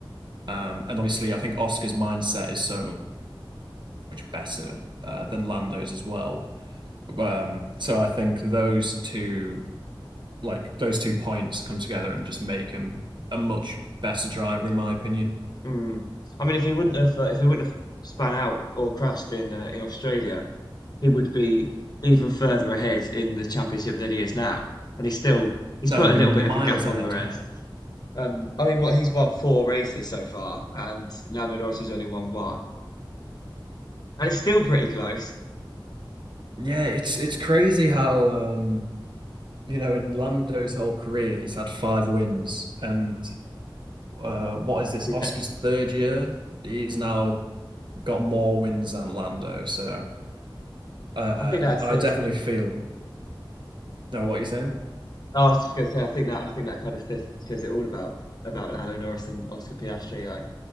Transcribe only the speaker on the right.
Um, and obviously, I think Oscar's mindset is so much better uh, than Lando's as well. Um, so I think those two, like those two points, come together and just make him a much better driver, in my opinion.
No,
he'd
be
miles
ahead.
Yeah.
Yeah, it's it's crazy how um you know in Lando's whole career he's had five wins and uh what is this
Oscar's third year? He's now got more wins than Lando. So uh
I
definitely feel no what are you saying?